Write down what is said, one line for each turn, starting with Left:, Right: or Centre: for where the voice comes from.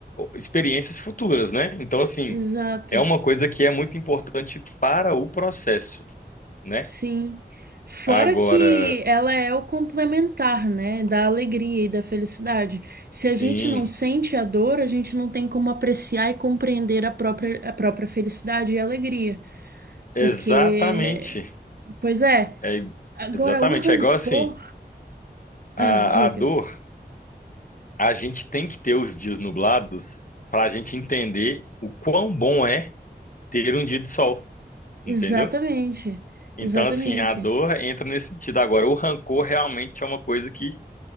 Left: experiências futuras, né? Então, assim,
Right: Exato,
Left: é uma coisa que é muito importante para o processo, né?
Right: sim. Fora
Left: Agora,
Right: que ela é o complementar, né, da alegria e da felicidade. Se a
Left: sim,
Right: gente não sente a dor, a gente não tem como apreciar e compreender a própria, a própria felicidade e alegria.
Left: exatamente,
Right: Porque, pois é,
Left: é
Right: agora
Left: exatamente,
Right: o rancor.
Left: é igual assim, a,
Right: Ah, diga.
Left: a dor a gente tem que ter os dias nublados para a gente entender o quão bom é ter um dia de sol,
Right: Exatamente,
Left: entendeu? Então,
Right: exatamente.
Left: assim, a dor entra nesse sentido. Agora, o rancor realmente é uma coisa que